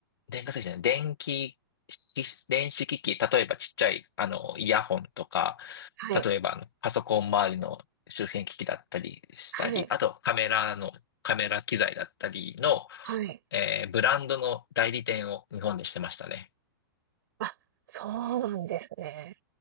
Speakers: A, on the left (about 80°); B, on the right (about 60°).
A: 電化製じゃない、電気式、電子機器、例えばちっちゃい、あの、イヤホンとか、
B: はい。
A: 例えばあのパソコン周りの周辺機器だったりしたり、
B: はい。
A: あとカメラの、カメラ機材だったりの、
B: はい。
A: えーブランドの代理店を日本でしてましたね。
B: あ、そうなんですね。